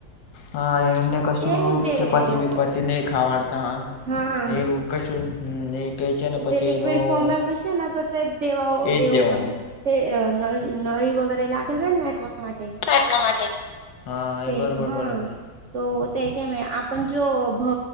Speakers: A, on the left (about 75°); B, on the right (about 75°).
A: હા એમને કશું
B: એવું જ દેવે
A: ચપાટી
B: એ લોકો
A: બપાતી નહી ખાવાડતા હા
B: હા
A: એવું કશું હમ એ કહે છે ને
B: જે
A: પછી
B: લિક્વિડ
A: એનું
B: ફોર્મમાં હશે ને તો તે દેવાઓ
A: એજ
B: દેવો
A: દેવાનું
B: તમે તે નળ નળ વગેરે લાગેલ ર નાટ માટે
A: એટલા માટે હા
B: તે
A: એ બરોબર
B: હા
A: બોલે તમે
B: તો તે કે મે આપ જો ભ